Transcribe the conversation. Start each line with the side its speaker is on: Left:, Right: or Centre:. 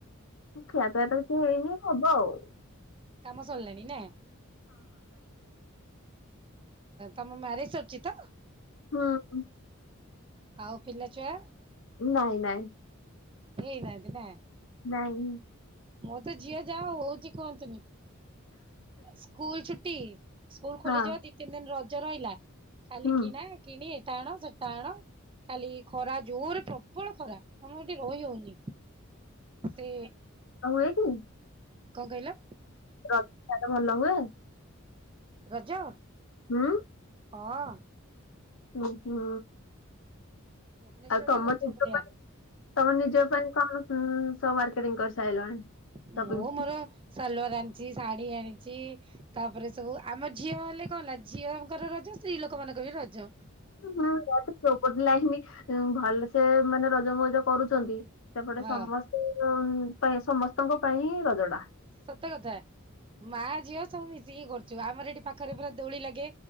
Left: ଖିଆପିଆ ତ କିଛି ହେଇନି ହବ ଆଉ। <inaudible>
Right: କାମ ସରିଲାଣି ନା ତମ ମ୍ୟାରେଜ ସରିଛି ତ?
Left: ହଁ।
Right: ଆଉ ପିଲାଛୁଆ?
Left: ନାଇଁ ନାଇଁ।
Right: ହେଇନାହାନ୍ତି ନା?
Left: ନାଇଁ।
Right: ମୋର ତ ଝିଅ ଯାହା ହଉଛି କୁହନ୍ତୁନି ସ୍କୁଲ ଛୁଟି ସ୍କୁଲ ଖୋଲିଯିବ
Left: ହଁ।
Right: ଦି ତିନି ଦିନ ରଜ ରହିଲା ଖାଲି
Left: ହୁଁ
Right: କିଣା କିଣି ଏଟା ଆଣ ସେଟା ଆଣ ଖାଲି ଖରା ଜୋର ପ୍ରବଳ ଖରା ସାମୁହିକ ରହିହୋଉନି ସେ
Left: ଆଉ ଏଇଠି
Right: କଣ କହିଲ?
Left: ର‌ ସିଆଡେ ଭଲ ହୁଏ?
Right: ରଜ
Left: ହୁଁ।
Right: ହଁ।
Left: ଉଁ ହୁଁ।
Right: ଭୁବନେଶ୍ଵରରେ
Left: ଆଉ ତମ
Right: ରଜ
Left: ନିଜ
Right: ବଢିଆ
Left: ପାଇଁ ତମ ନିଜ ପାଇଁ କଣ ସବୁ ମାର୍କେଟିଂ କରିସାରିଲଣି?
Right: ମୁଁ
Left: ସପିଂ
Right: ମୋର ସଲୱାର ଆଣିଛି ଶାଢୀ ଆଣିଚି। ତାପରେ ସବୁ ଆମ ଝିଅ ହେଲେ କଣ ହେଲା ଝିଅଙ୍କର ରଜ ସ୍ତ୍ରୀ ଲୋକ ମାନଙ୍କର ବି ରଜ।
Left: ହଁ ଯୋଉପଟ ଲାଇନ୍ ଭଲସେ ମାନେ ରଜମଉଜ କରୁ ଚନ୍ତି ସେପଟେ
Right: ହଁ
Left: ସମସ୍ତଙ୍କ ପାଇଁ ରଜଟା।
Right: ସତ କଥା ମା ଝିଅ ସବୁ ମିଶିକି କରୁଚୁ ଆମର ଏଠି ପାଖରେ ପୁରା ଦୋଳି ଲାଗେ।